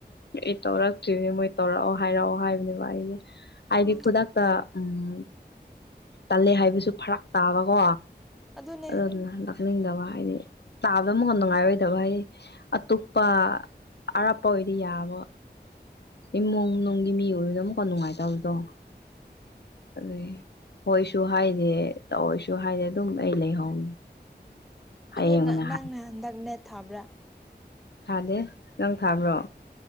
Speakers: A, on the left; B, in the centre.
A: ꯑꯩ ꯇꯧꯔ ꯀꯦ ꯇꯧꯔꯛ ꯀꯦ ꯃꯣꯏ ꯇꯧꯔꯛꯑꯣ ꯍꯥꯏꯔꯛꯑꯣ ꯍꯥꯏꯕꯅꯦꯕ ꯑꯩꯁꯦ ꯍꯥꯏꯗꯤ
B: ꯎꯝ
A: ꯈꯨꯗꯛꯇ ꯎꯝ ꯇꯜꯂꯦ ꯍꯥꯏꯕꯁꯨ ꯐꯔꯛ ꯇꯥꯕꯀꯣ
B: ꯑꯗꯨꯅꯦ
A: ꯑꯗꯨꯗꯨꯅ ꯍꯥꯏꯅꯤꯡꯗꯕ ꯍꯥꯏꯗꯤ ꯇꯥꯕꯗ ꯑꯃꯛ ꯅꯨꯡꯉꯥꯏꯔꯣꯏꯗꯕ ꯍꯥꯏꯗꯤ ꯑꯇꯣꯞꯄ ꯑꯔꯞꯄ ꯑꯣꯏꯗꯤ ꯌꯥꯕ ꯏꯃꯨꯡ ꯅꯨꯡꯒꯤ ꯃꯤ ꯑꯣꯏꯕꯅ ꯑꯃꯨꯛꯀ ꯅꯨꯡꯉꯥꯏꯇꯕꯗꯣ ꯑꯗꯒꯤ ꯍꯣꯏꯁꯨ ꯍꯥꯏꯗꯦ ꯇꯧꯑꯣꯏꯁꯨ ꯍꯥꯏꯗꯦ ꯑꯗꯨꯝ ꯑꯩ ꯂꯩꯍꯧꯅꯤ ꯍꯌꯦꯡ
B: ꯑꯗꯨꯅ
A: ꯑꯣꯏꯅ
B: ꯅꯪꯅ
A: ꯍꯥꯏ
B: ꯍꯟꯗꯛ ꯅꯦꯠ ꯊꯥꯕ꯭ꯔꯥ
A: ꯊꯥꯗꯦ ꯅꯪ ꯊꯥꯕ꯭ꯔꯣ